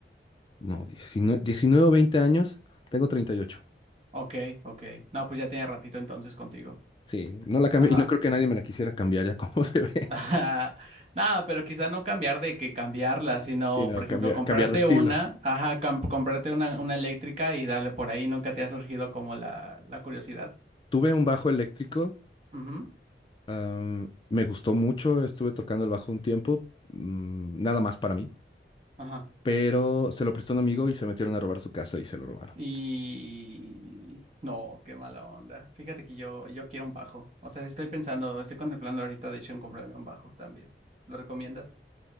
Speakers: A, on the left (about 25°); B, on the right (about 35°).
A: No, 19, 19 o 20 años. Tengo 38.
B: Ok, ok. No, pues ya tenía ratito entonces contigo.
A: Sí, no la cambio
B: Ajá.
A: y no creo que nadie me la quisiera cambiar ya como <laughs> se ve,
B: <laughs> Ajá. Nada, pero quizá no cambiar de que cambiarla, sino,
A: Sí, no
B: por ejemplo,
A: cambiar,
B: comprarte
A: cambiar de estilo.
B: una, ajá, com- comprarte una, una eléctrica y darle por ahí. ¿Nunca te ha surgido como la, la curiosidad?
A: Tuve un bajo eléctrico,
B: Ujú.
A: am, me gustó mucho, estuve tocando el bajo un tiempo, mm, nada más para mí,
B: Ajá.
A: pero se lo prestó un amigo y se metieron a robar su casa y se lo robaron.
B: Y no, qué mala onda. Fíjate que yo, yo quiero un bajo. O sea, estoy pensando, estoy contemplando ahorita, de hecho, en comprarme un bajo también. ¿Lo recomiendas?